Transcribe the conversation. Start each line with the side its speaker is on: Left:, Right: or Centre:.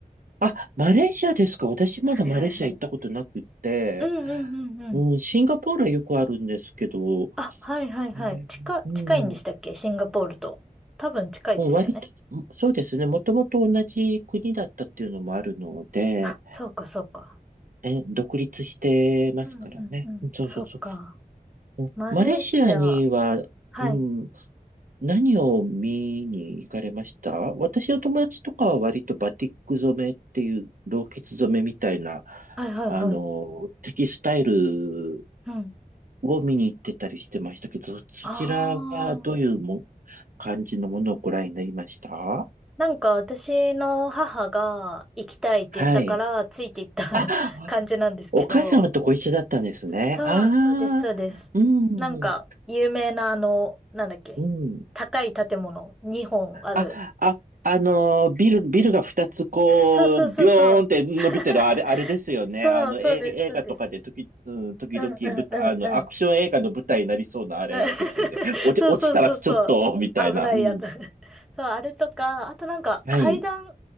Right: あ、マレーシアですか。私まだマレーシア行ったことなくて、
Centre: はいはいはい。うんうんうんうん。
Right: うん、シンガポールはよくあるんですけど、
Centre: あ、はいはいはい。
Right: えーうん。
Centre: 近、近いんでしたっけシンガポールと。多分近いですよね。
Right: もう割と、そうですね。もともと同じ国だったっていうのもあるので、
Centre: あ、そうかそうか。
Right: え、独立してますからね。
Centre: うんうんうん。
Right: そうそうそ
Centre: そっか。
Right: う。
Centre: マレーシア。
Right: マレーシアには、
Centre: はい。
Right: うん、何を見に行かれました私の友達とかは割とバティック染めっていう老血染めみたいな、
Centre: はいはいはい。
Right: あの、テキスタイル
Centre: うん。
Right: を見に行ってたりしてましたけど、そちらはどういうも
Centre: ああ。
Right: 感じのものをご覧になりました
Centre: なんか私の母が行きたいって言ったからついていった
Right: はい。あ、
Centre: <laughs> 感じなんですけど。
Right: お母様とご一緒だったんですね。
Centre: そうそうですそうです。
Right: ああ、うん、
Centre: なんか有名なあの、なんだっけ。
Right: うん。
Centre: 高い建物2本ある。
Right: あ、あ、あのー、ビル、ビルが二つこう、
Centre: そうそうそうそう。
Right: ビョーンって伸びてる、
Centre: <laughs>
Right: あれ、あれですよね。
Centre: そうそうですそうです。
Right: あの、え映画とかで時、うん、時々舞台、
Centre: うんうんうんうん。
Right: あの、アクション映画の舞台になりそうなあれですよね。
Centre: <laughs>
Right: 落ち、
Centre: そうそうそうそう。
Right: 落ちたらちょっと、みたいな。
Centre: 危ないやつ。
Right: うん。
Centre: <laughs> そう、あれとか、あとなんか階段、
Right: はい。い